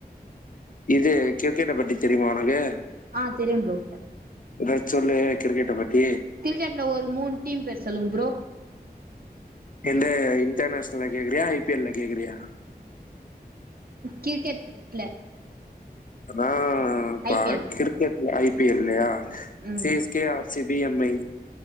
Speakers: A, on the left; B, on the right.
A: இது கிரிக்கெட்ட பத்தி தெரியுமா ஒனக்கு
B: ஆ தெரியு ப்ரோ
A: ஏதாச்சு சொல்லு கிரிக்கெட்ட பத்தி
B: கிரிக்கெட்ல ஒரு மூணு டீம் பேர் சொல்லுங்க ப்ரோ
A: எந்த இன்டர்நேஷன்ல்ல கேக்றியா ஐ பி எல் ல கேக்றியா
B: கிரிக்கெட்ல
A: அதா பா
B: ஐ பி எல்
A: கிரிக்கெட்ல ஐ பி எல் லயா
B: ம்
A: சீ எஸ் கே ஆப் சி பி எம் ஐ